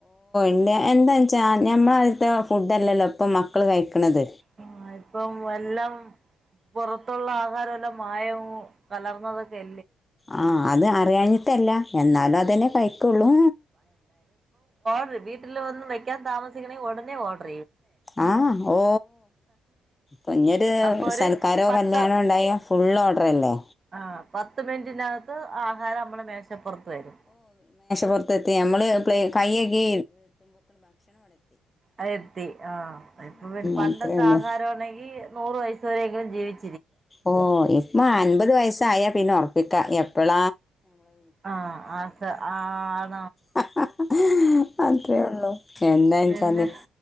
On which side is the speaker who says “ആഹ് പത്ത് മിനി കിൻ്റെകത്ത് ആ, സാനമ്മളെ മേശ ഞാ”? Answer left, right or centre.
Right